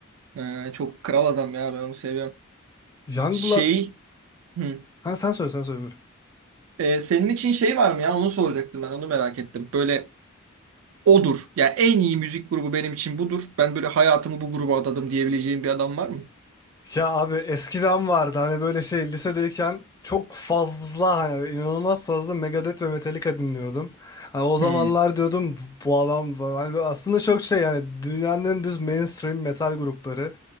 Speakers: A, on the right (about 75°); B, on the left (about 15°).
A: Ee, çok kral adam ya ben onu seviyorum.
B: Youngblood.
A: Şey, hı.
B: Ha sen söyle sen söyle buyur.
A: Ee, senin için şey var mı ya? Onu soracaktım ben. Onu merak ettim. Böyle odur. Yani en iyi müzik grubu benim için budur. Ben böyle hayatımı bu gruba adadım diyebileceğim bir adam var mı?
B: Ya abi eskiden vardı hani böyle şey lisedeyken çok fazla hani inanılmaz fazla Megadeth ve Metallica dinliyordum. Hani o zamanlar
A: Hı.
B: diyordum bu bu adam bu-" hani böyle aslında çok şey yani dünyanın en düz mainstream metal grupları.